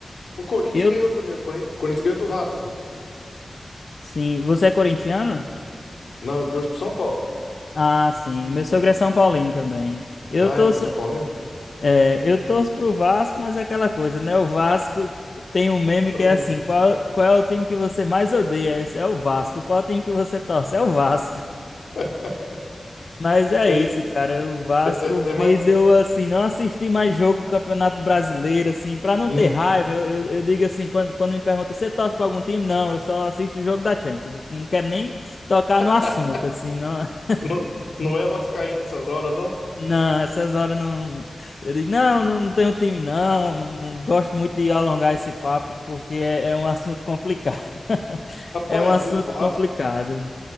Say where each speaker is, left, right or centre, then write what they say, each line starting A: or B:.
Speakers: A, on the left; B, on the left.
A: o Corinthians
B: Eu,
A: ganhou também. O Corin- Corinthians ganhou do Racing.
B: sim. Você é corintiano?
A: Não, eu torço pro São Paulo.
B: Ah, sim. Meu sogro é São Paulino também. Eu
A: Ah,
B: torço,
A: ele é São Paulino?
B: é, eu torço pro Vasco, mas é aquela coisa, né? O Vasco tem um meme
A: Eu-
B: que é assim: qual, qual é o time que você mais odeia? Esse é o Vasco. Qual é o time que você torce? É o Vasco.
A: <laughs>
B: Mas é
A: É,
B: isso, cara. O Vasco
A: é, é
B: fez
A: mais.
B: eu, assim, não assistir mais jogo do Campeonato Brasileiro, assim, pra
A: Sim.
B: não ter raiva. Eu, eu, eu digo assim, quando, quando me perguntam, você torce pra algum time? Não, eu só assisto o jogo da Champions. Eu Não quero nem tocar
A: <laughs>
B: no assunto, assim, não. <laughs>
A: Não, não é vascaíno essas horas, não?
B: Não, essas horas não. Eu digo, não, não não tenho time, não. Não, não gosto muito de alongar esse papo, porque é, é um assunto complicado. <laughs>
A: Rapaz,
B: É um assunto
A: e o Vasco?
B: complicado.